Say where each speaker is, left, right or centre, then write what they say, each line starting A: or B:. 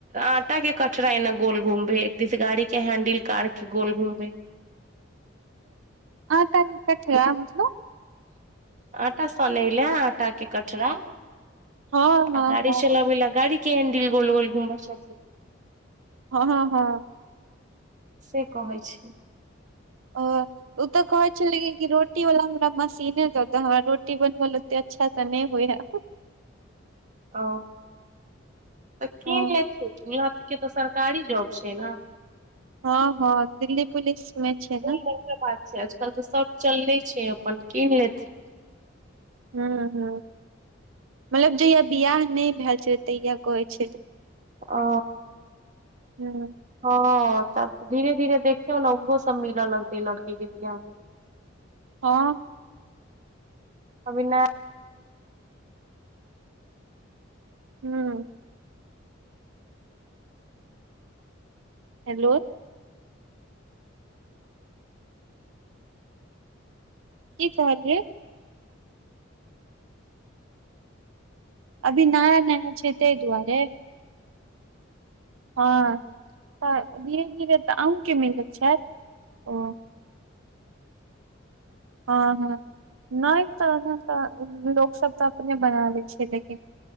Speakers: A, on the right; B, on the right.
A: आटा के कटरा ए ने गोल गोल घूमबै है एक जिस गाड़ी के हैंडिल कार गोल घूमबै है
B: आटा के कठरा मतलब
A: आटा सनै लेऽ आटा के कटरा
B: हँ
A: आ
B: हँ
A: गाड़ी
B: हँ
A: चलाबै ल गाड़ी के हैंडिल गोल गोल घुमबै छथीन
B: हँ हँ हँ
A: से कहै छी
B: ओ ओ तऽ कहे छलै रोटी वाला हमरा मशीने दऽ हमरा रोटी बनब ले अच्छा तऽ नहि होइ ह
A: ओ तऽ कीन
B: हँ
A: लेथि इहे त के तऽ सरकारी जॉब छै ने
B: हँ हँ दिल्ली पुलिसमे छै
A: कोन
B: ने
A: बड़का बात छै आजकल तऽ सब चलले छै अपन कीन लेथिन
B: हूंम्म हूंम्म मतलब जहिया बियाह नहि भेल छल तहिया कहै छल
A: ओ
B: हूँ
A: हँ तब धीरे धीरे देखियौ ने ओहो सब मिलऽ लगतै लड़की के बियाह मे
B: हँ
A: अभी नया
B: हूंम्म हेलो की कहलियै अभी नया नया छै ताहि दुआरे हँ तऽ धीरे धीरे तऽ अहँके मिलैत छथि ओ हँ हँ नहि तऽ तऽ लोक सब तऽ अपने बना लै छै लेकिन